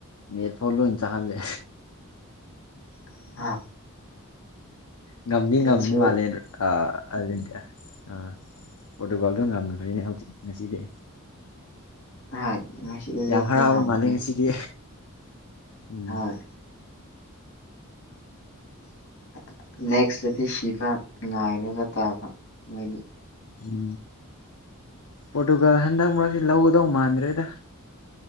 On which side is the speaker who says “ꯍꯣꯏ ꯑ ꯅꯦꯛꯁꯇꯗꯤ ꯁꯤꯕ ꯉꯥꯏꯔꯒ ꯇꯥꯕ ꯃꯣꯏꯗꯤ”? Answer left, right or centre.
Left